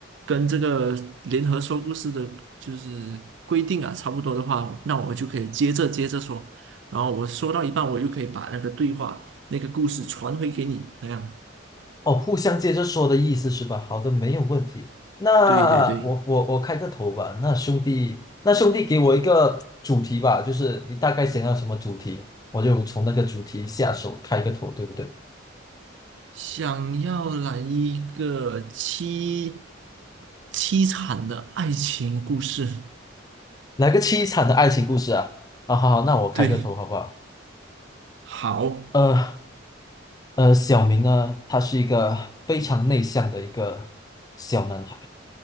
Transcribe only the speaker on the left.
哦，互相接着说的意思是吧？好的，没有问题。那我我我开个头吧。
那兄弟，那兄弟给我一个主题吧，就是你大概想要什么主题，我就从那个主题下手开个头，对不对？
来个凄惨的爱情故事啊！啊，好好，那我开个头好不好？
呃呃，小明呢，他是一个非常内向的一个小男孩。